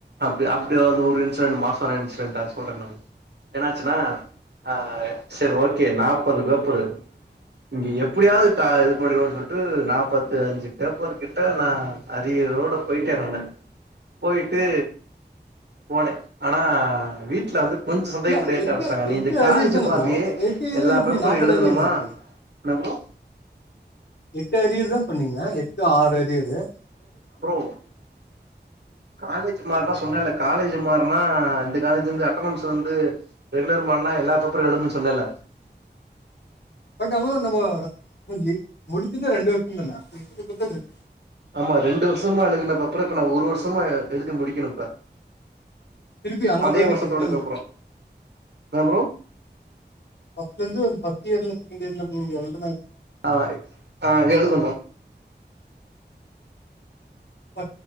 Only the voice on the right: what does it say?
அப்டி அப்டி அது ஒரு இன்சிடெண்ட் மாஸ்ன இன்சிடெண்ட்டா ஆச் சொல்றங் நா என்னாச்சுன்னா ஆஹ் சேர் ஓக் கே நாப்பது பேப்பரு இங்க எப்டியாவது க இ துபண்ணிக்கோங்க சொல்ட்டு நாப்பத்தஞ்சு பேப்பர் கிட்ட நா அரியாரோட போய்ட்டே நானு போய்ட்டு போனே ஆனா வீட்டுல வந்து கொஞ்ச சந்தேகப்பட்டு
கேட்க
ஆரம்பிச்சிட்டாங்க நீ
இந்த காலேஜ்ஜூ
மார்றியே
எல்லா
பேப்பரு
எழுதணுமா
என்ன ப்ரோ
ப்ரோ காலேஜ் மார்னா சொன்னேல்ல காலேஜ்ஜூ மாற்னா இந்த காலேஜ்லிருந்து அட்டனன்ஸ் வந்து ரெகுலர் பண்ணா எல்லா பேப்பரு எழுதுணுன்னு சொன்னல்ல
ஆமா ரெண்டு வர்ஷமா எழுதுன பேப்பற இப்ப நா ஒரு வர்ஷமா எழுதி முடிக்கிணு இப்ப
அதே
வருஷத்தோட
பேப்பரு <unintelligible> ப்ரோ
ஆஹ ஆஹ எழுதுனு